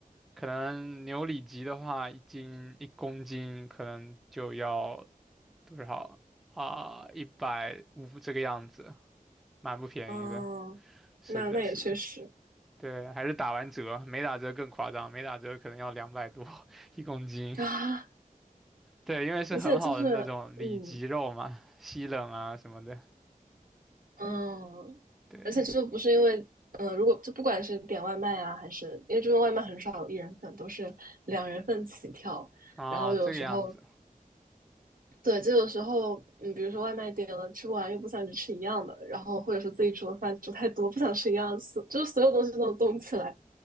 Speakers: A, in the centre; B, on the right.
A: 可能牛里脊的话，一斤一公斤可能就要多少啊？一百五这个样子。蛮不便宜的。
B: 嗯，
A: 是的，
B: 那那也确实
A: 是的，对，还是打完折，没打折更夸张，没打折可能要两百多 <laughs> 一公斤。
B: 啊，
A: 对，因为是很好的那种里脊肉嘛，
B: 而且就是嗯，
A: 西冷啊什么的。
B: 嗯，
A: 对，
B: 而且就不是因为，嗯，如果就不管是点外卖啊，还是因为这边外卖很少有一人份，都是两人份起跳。
A: 啊，
B: 然后有时候，
A: 这个样子，
B: 对，就有时候，嗯，比如说外卖点了吃不完，又不想去吃一样的，然后或者说自己煮的饭煮太多，不想吃一样的，所就所有东西都能冻起来，